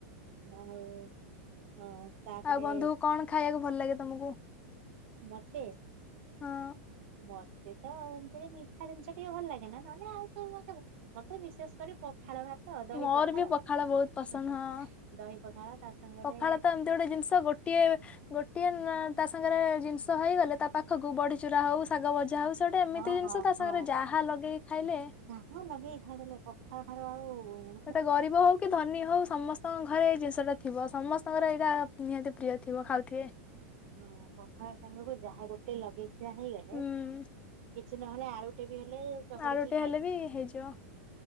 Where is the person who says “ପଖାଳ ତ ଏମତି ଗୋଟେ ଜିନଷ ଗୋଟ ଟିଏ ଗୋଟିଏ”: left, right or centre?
Left